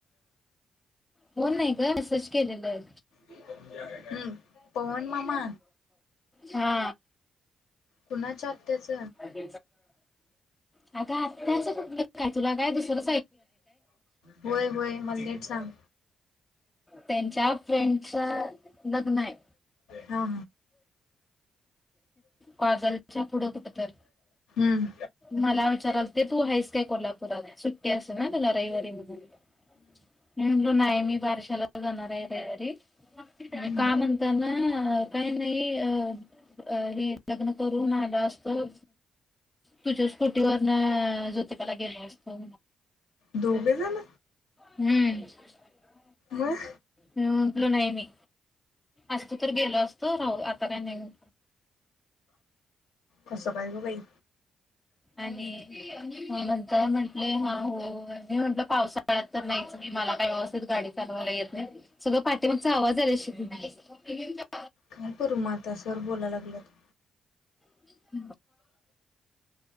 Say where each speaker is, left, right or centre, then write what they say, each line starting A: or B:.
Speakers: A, on the left; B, on the left.
A: फोन नाही ग मॅसेज केलेलं आहे
B: हम्म पवन मामा
A: हा
B: कुणाच्या आत्याच
A: अग आताच काय तुला काय दुसर
B: होय होय मला नेट सांग
A: त्यांच्या फ्रेंडच लग्न आहे
B: हा हा
A: कागलच्या पुढं कुठ तर
B: हम्
A: मला विचारल ते तू आहेस काय कोल्हापुरला सुट्टी असेल ना तुला रविवारी मधून नाही आहे मी बारशाला जाणार रविवारी
B: हम्म
A: का म्हणताना काही नाही अ हे लग्न करून आलो असतो तुझ्या स्कुटीवर ना ज्योतिबा ला गेलो असतो
B: दोघे जण
A: हम्म
B: मग
A: मी म्हटलो नाही मी असतो तर गेलो असतो राहू आता काय नाही
B: कसं काय ग बाई
A: आणि नंतर म्हंटले हा हो मी म्हंटलं पावसाळ्यात तर नाही मला काय व्यवस्थित गाडी चालवायला येत नाही सगळं पाठीमागचा आवाज आ श
B: काय करू म आाता सर बोलाय लागलत.
A: <unintelligible>